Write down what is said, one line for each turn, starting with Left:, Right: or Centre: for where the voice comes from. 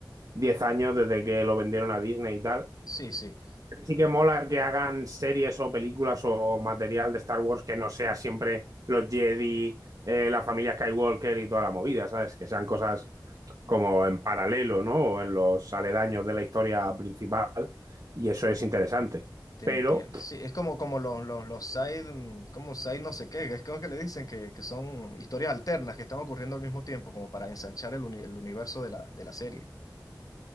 Right: 10 años, desde que lo vendieron a Disney y tal,
Left: Sí, sí,
Right: sí que mola que hagan series o películas o material de Star Wars que no sea siempre los Jedi, eh, la familia Skywalker y toda la movida, ¿sabes? Que sean cosas como en paralelo, ¿no? O en los aledaños de la historia principal, y eso es interesante.
Left: te
Right: Pero,
Left: entiendo. Sí, es como, como los, los, los side, mm, como side no sé qué, que es como que le dicen que, que son historias alternas que están ocurriendo al mismo tiempo, como para ensanchar el, uni- el universo de la, de la serie.